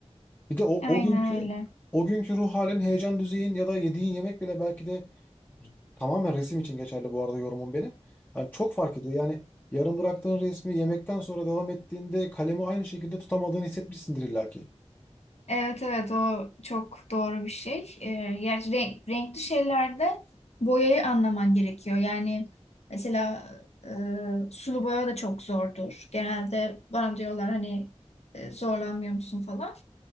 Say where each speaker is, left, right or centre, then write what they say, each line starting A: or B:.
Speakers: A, on the left (about 15°); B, on the left (about 70°).
A: Bir de o,
B: Aynen
A: o günkü
B: öyle.
A: o günkü ruh halin, heyecan düzeyin ya da yediğin yemek bile belki de tamamen resim için geçerli bu arada yorumum benim. Yani çok fark ediyor. Yani yarım bıraktığın resmi yemekten sonra devam ettiğinde kalemi aynı şekilde tutamadığını hissetmişsindir illaki.
B: Evet evet o çok doğru bir şey. Ee, yani renk- renkli şeylerde boyayı anlaman gerekiyor. Yani mesela e, sulu boya da çok zordur. Genelde bana diyorlar hani e, zorlanmıyor musun falan.